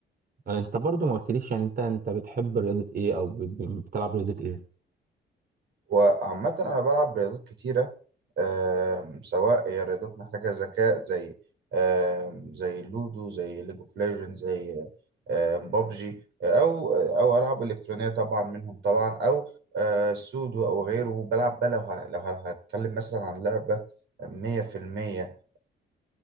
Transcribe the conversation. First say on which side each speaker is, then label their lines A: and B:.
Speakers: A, on the right; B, on the right.
A: انت برضو ما قلتليش يعني انت انت بتحب رياضة ايه او ب- ب- بتلعب رياضة ايه
B: وعامة أنا بلعب رياضات كتيرة آم، سواء هي رياضات محتاجة ذكاء زي آم، زي اللودو زي ليج اوف ليجند زي بابجي أو أو ألعاب إلكترونية طبعا منهم طبعا أو آه، سودو أو غيره بلعب بقى لو ه- لو هتكلم مثلا عن لعبة مية في المية